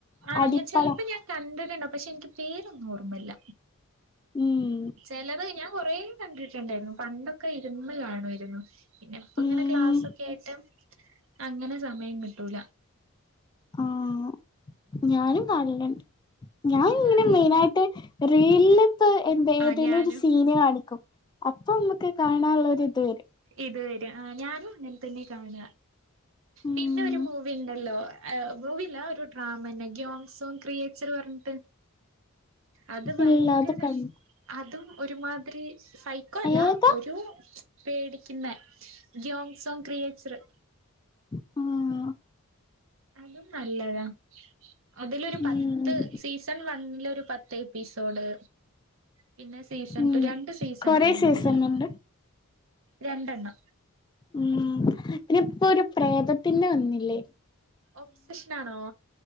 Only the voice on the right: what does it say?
ആണോ
ഞാൻ ചെലപ്പോം ഞാൻ, കണ്ടട്ടുണ്ടാവും. പക്ഷെ എനിക്ക് പേരൊന്നും ഓർമ്മല്ല.
ചെലത് ഞാൻ കൊറെേ കണ്ടിട്ടുണ്ടായിരുന്നു. പണ്ടൊക്കെ ഇരുന്ന് കാണുമായിരുന്നു. പിന്നെ ഇപ്പ
ഇങ്ങനെ ക്ലാസ്സൊക്കെ ആയിട്ട് അങ്ങനെ സമയം കിട്ടൂല.
പിന്നെ
അത്
ആ
ഞാനും
ഇത് വരും. ആ ഞാനും ഇങ്ങന്നെ തന്നെ കാണ.
പിന്നെ ഒരു മൂവി ഉണ്ടല്ലോ. ഏഹ് മൂവില്ല ഒരു ഡ്രാമന്നെ. ഗ്യോങ്ങ് സോങ് ക്രിയേച്ചർ പറഞ്ഞിട്ട്. അത് ഭയങ്കര,
അതും ഒരുമാതിരി സൈക്കോല്ല.
ഒരു, പേടിക്കുന്ന ഗ്യോങ് സോങ് ക്രിയേച്ചറ്.
അതും നല്ലതാ. അതിലൊരു പത്ത്
സീസൺ വണ്ണില ഒരു പത്ത്, എപ്പിസോഡ്. പിന്നെ സീസൺ
രണ്ട് സീസൺ
എങ്ങാന്
ണ്ട്.
രണ്ടെണ്ണം.
ഒപ്സെഷനാണോ?